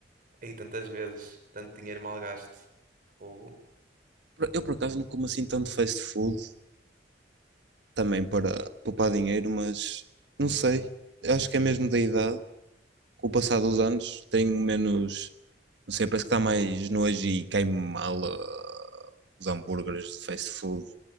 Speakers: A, on the right (about 50°); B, on the right (about 75°).
A: Aí tantas vezes, tanto dinheiro mal gasto. Fogo.
B: Eu, por acaso, não como assim tanto fast food, também para poupar dinheiro, mas não sei. Acho que é mesmo da idade. Com o passar dos anos, tenho menos. Não sei, parece que está mais
A: Vou-
B: nojo e cai-me mal ah, os hambúrgueres de fast food.